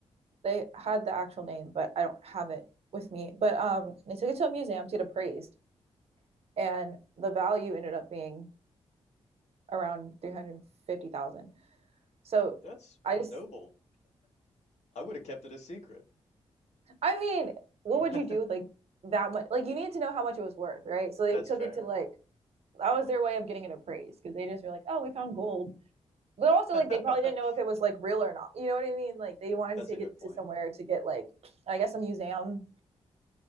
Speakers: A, on the right (about 65°); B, on the left (about 80°).
A: They had the actual name, but I don't have it with me. But um, they took it to a museum to get appraised, and the value ended up being around three hundred fifty thousand. dollars. So
B: that's
A: I
B: noble.
A: just,
B: I would have kept it a secret.
A: I mean, what
B: <laughs>
A: would you do with like that much? Like you need to know how much it was worth, right? So they
B: That's
A: took
B: fair.
A: it to like that was their way of getting it appraised because they just were like, oh, we found gold. But also,
B: <laughs>
A: like,
B: That's
A: they probably didn't know if it was like real or not. You know what I mean? Like, they wanted to take
B: a good
A: it
B: point.
A: to somewhere to get like, I guess, a museum.